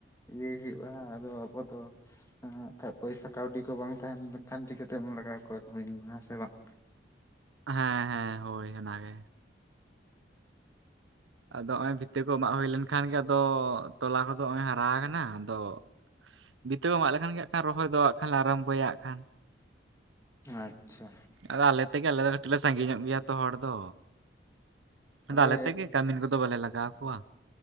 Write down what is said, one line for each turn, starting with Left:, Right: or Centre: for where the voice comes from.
Left: ᱤᱭᱟᱹᱭ ᱦᱩᱭᱩᱜᱼᱟ ᱟᱫᱚ ᱟᱵᱚ ᱫᱚ ᱦᱮᱸ ᱠᱷᱟᱡ ᱯᱚᱭᱥᱟ ᱠᱟᱹᱣᱰᱤ ᱠᱚ ᱵᱟᱝ ᱛᱟᱦᱮᱸ ᱞᱮᱱᱠᱷᱟᱱ ᱪᱤᱠᱟᱹᱛᱮᱢ ᱞᱟᱜᱟᱣ ᱠᱚᱣᱟ ᱠᱟᱢᱤᱱ ᱢᱟ, ᱦᱮᱸᱥᱮ ᱵᱟᱝ?
Right: ᱦᱮᱸ ᱦᱮᱸ ᱦᱳᱭ ᱚᱱᱟ ᱜᱮ᱾ ᱟᱫᱚ ᱦᱚᱸᱜᱼᱚᱭ ᱵᱷᱤᱛᱟᱹ ᱠᱚ ᱢᱟᱜ ᱦᱩᱭ ᱞᱮᱱᱠᱷᱟᱱ ᱜᱮ ᱟᱫᱚ ᱛᱚᱞᱟ ᱠᱚᱫᱚ ᱦᱚᱸᱜᱼᱚᱭ ᱦᱟᱨᱟ ᱟᱠᱟᱱᱟ ᱟᱫᱚ ᱵᱤᱛᱟᱹ ᱠᱚ ᱢᱟᱜ ᱞᱮᱠᱷᱟᱱ ᱜᱮ ᱦᱟᱸᱜ ᱠᱷᱟᱱ ᱨᱚᱦᱚᱭ ᱫᱚ ᱦᱟᱸᱜ ᱠᱷᱟᱱ ᱞᱮ ᱟᱨᱟᱢᱵᱚᱭᱟ ᱠᱷᱟᱱ᱾
Left: ᱟᱪᱪᱷᱟ᱾
Right: ᱟᱫᱚ ᱟᱞᱮ ᱛᱮᱜᱮ ᱟᱞᱮ ᱫᱚ ᱠᱟᱹᱴᱤᱡ ᱞᱮ ᱥᱟᱺᱜᱤ ᱧᱚᱜ ᱜᱮᱭᱟ ᱛᱚ ᱦᱚᱲ ᱫᱚ᱾
Left: ᱛᱟᱦᱚᱞᱮ
Right: ᱟᱫᱚ ᱟᱞᱮ ᱛᱮᱜᱮ ᱠᱟᱹᱢᱤᱱ ᱠᱚᱫᱚ ᱵᱟᱞᱮ ᱞᱟᱜᱟᱣ ᱠᱚᱣᱟ᱾